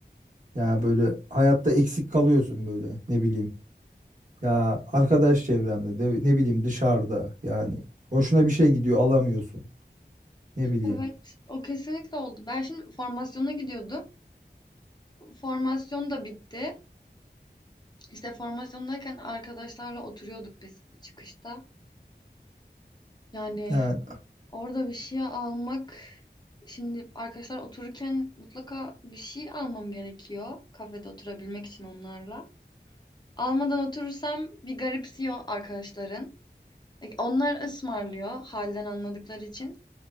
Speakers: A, on the right; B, on the left.
A: Ya böyle hayatta eksik kalıyorsun böyle ne bileyim. Ya arkadaş çevrende de ne bileyim dışarıda yani hoşuna bir şey gidiyor alamıyorsun. Ne bileyim.
B: Evet, o kesinlikle oldu. Ben şimdi formasyona gidiyordum. Formasyon da bitti. İşte formasyondayken arkadaşlarla oturuyorduk biz çıkışta. Yani
A: Yani
B: orada bir şey almak, şimdi arkadaşlar otururken mutlaka bir şey almam gerekiyor kafede oturabilmek için onlarla. Almadan oturursam bir garipsiyor arkadaşların. E, Onlar ısmarlıyor halden anladıkları için.